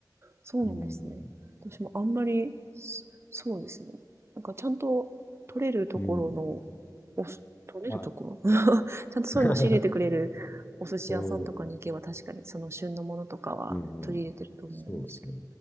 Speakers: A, on the right; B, on the left.
A: そうなんですね。
B: うん。
A: 私もあんまり、そそうですね。なんかちゃんと取れるところの、
B: うん。
A: おす、取れるところ
B: はい。
A: <laughs> ちゃんとそういうの仕入れてくれるお寿司屋さんとかに行けば確かにその旬のものとかは取り入れてると思うんですけど。
B: <laughs> うん。うん。うんそうですね。